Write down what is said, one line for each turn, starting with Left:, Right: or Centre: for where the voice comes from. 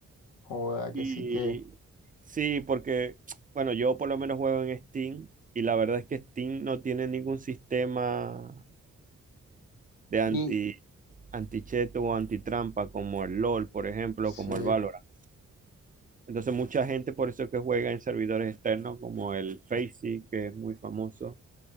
Left: Joda, que
Right: Y
Left: sí que.
Right: sí, porque, bueno, yo por lo menos juego en Steam y la verdad es que Steam no tiene ningún sistema de anti,
Left: Y
Right: anticheto o antitrampa como el LOL, por ejemplo,
Left: sí.
Right: como el Valorant. Entonces mucha gente por eso que juega en servidores externos como el Faceit, que es muy famoso.